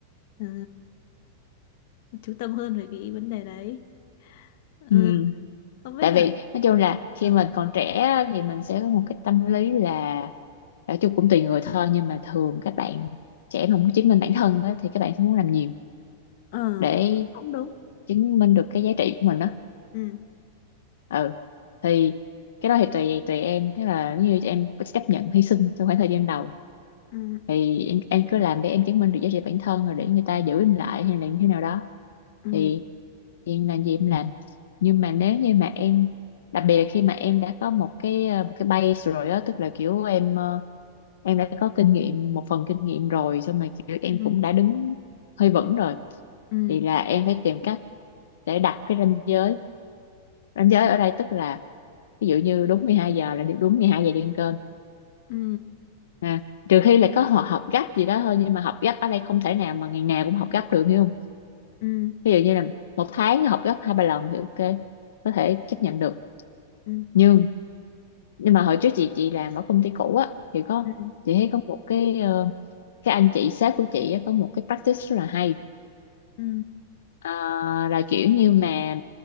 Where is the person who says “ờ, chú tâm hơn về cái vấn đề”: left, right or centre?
Left